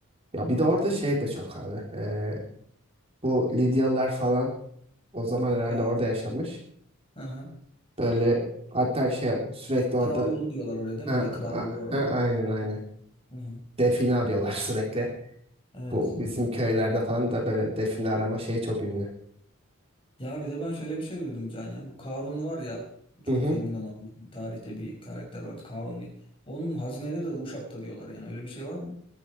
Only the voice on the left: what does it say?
Evet.
Aha.
Kral yolu diyorlar oraya değil
mi? Bir de kral
yolu var orada.
Hı hı.
Evet.
Ya bir de ben şöyle bir şey duydum Can ya. Bu Karun var ya çok
zengin olan bir tarihte bir karakter var. Karun bir. Onun hazineleri de Uşak'ta diyorlar yani. Öyle bir şey var mı?